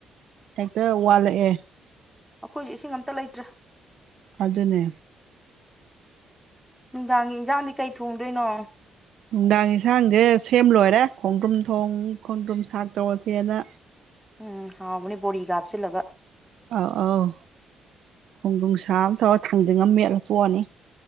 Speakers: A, on the right; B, in the centre.
A: ꯍꯦꯛꯇ ꯋꯥꯠꯂꯛꯑꯦ
B: ꯑꯩꯈꯣꯏꯁꯨ ꯏꯁꯤꯡ ꯑꯃ ꯇ ꯂꯩꯇ꯭ꯔꯦ
A: ꯑꯗꯨꯅꯦ
B: ꯅꯨꯡꯗꯥꯡꯒꯤ ꯏꯟꯖꯥꯡꯗꯤ ꯀꯩ ꯊꯣꯡꯗꯣꯏꯅꯣ
A: ꯅꯨꯡꯗꯥꯡ ꯌꯦꯟꯁꯥꯡꯁꯦ ꯁꯦꯝ ꯂꯣꯏꯔꯦ ꯈꯣꯡꯗ꯭ꯔꯨꯝ ꯊꯣꯡ ꯈꯣꯡꯗ꯭ꯔꯨꯝ ꯁꯥꯛ ꯇꯧꯔꯁꯦꯅ
B: ꯎꯝ ꯍꯥꯎꯕꯅꯤ ꯕꯣꯔꯤꯒ ꯀꯥꯞꯁꯤꯜꯂꯒ
A: ꯑꯥꯎ ꯑꯧ ꯈꯣꯡꯗꯣꯡ ꯁꯥꯕ ꯇꯧꯔꯒ ꯊꯥꯡꯖꯟꯉ ꯃꯦꯠꯂ ꯇꯣꯛꯑꯅꯤ